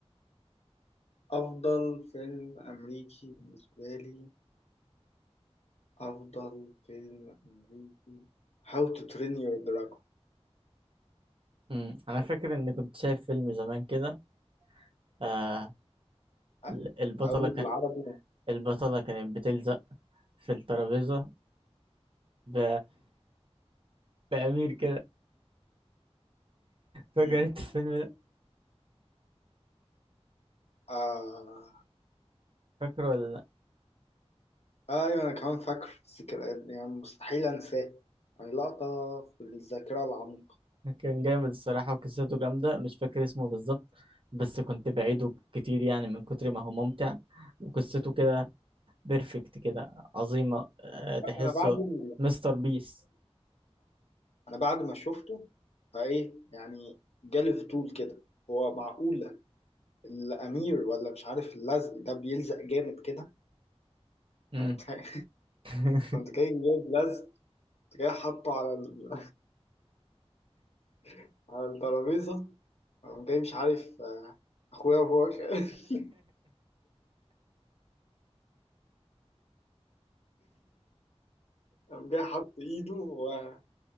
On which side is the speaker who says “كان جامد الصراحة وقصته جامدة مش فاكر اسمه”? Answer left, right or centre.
Right